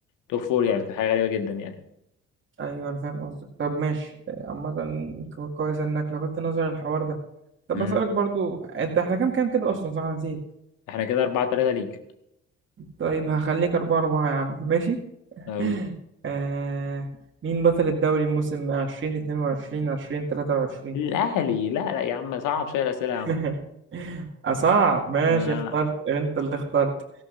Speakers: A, on the left; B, on the right.
A: توب فور يعني كانت حاجة غريبة جدا يعني
B: ايوه انا فاهم قصدك طب ماشي آه، عامه كو- كويس انك لفتت نظر الحوار ده طب
A: مم.
B: اسالك برضو انت احنا كام كام كده اصلا صح أنا نسيت
A: إحنا كده أربعة تلاتة ليج
B: طيب هخليك اربعة اربعة يا عم ماشي
A: أقول-
B: <laughs> آه مين بطل الدوري موسم 20 22 20 23
A: الأهلي لا لا يا عم صعب شوية الأسئلة يا
B: <laughs>
A: عم
B: أصعب ماشي
A: أنا-
B: اخترت أنت اللي اخترت